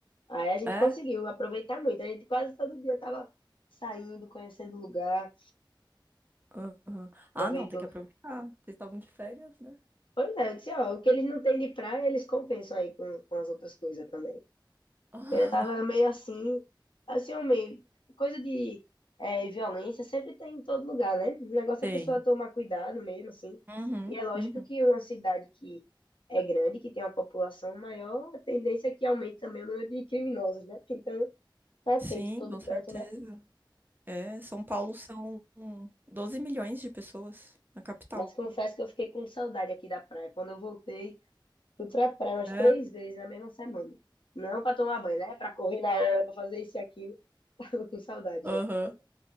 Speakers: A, on the left (about 80°); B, on the right (about 25°).
A: Aí a gente
B: É?
A: conseguiu aproveitar muito. A gente quase todo dia tava saindo, conhecendo o lugar,
B: Aham.
A: aproveitou.
B: Ah, não, tem que aproveitar. Vocês estavam de férias, né? <laughs>
A: Pois é, eu disse, ó, o que eles não têm de praia, eles compensam aí com, com as outras coisas também.
B: Ah,
A: Ele tava meio assim, assim, homem, coisa de é, violência sempre tem em todo lugar, né? O negócio
B: Tem.
A: é a pessoa tomar cuidado mesmo, assim.
B: Uhum,
A: E é lógico
B: uhum.
A: que uma cidade que é grande, que tem uma população maior, a tendência é que aumente também o número de criminosos, né? <laughs> Então, tá atento
B: Sim,
A: em todo
B: com
A: canto,
B: certeza.
A: né?
B: É, São Paulo são 12 milhões de pessoas na capital.
A: Mas confesso que eu fiquei com saudade aqui da praia. Quando eu voltei, fui pra praia umas
B: É,
A: três vezes na mesma semana. Não pra tomar banho, né? Pra correr na hora, pra fazer isso e aquilo. <laughs> Tava com saudade
B: aham.
A: já